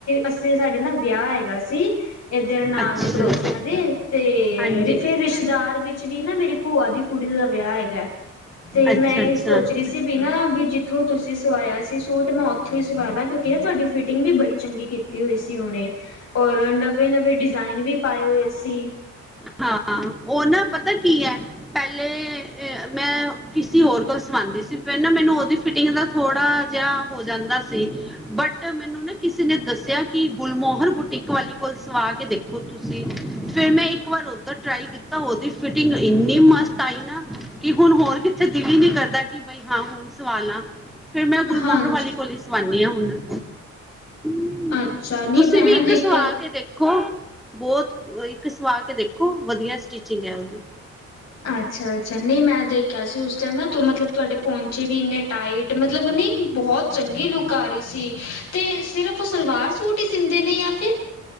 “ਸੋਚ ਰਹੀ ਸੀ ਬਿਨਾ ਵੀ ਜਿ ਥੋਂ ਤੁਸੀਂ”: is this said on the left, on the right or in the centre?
Left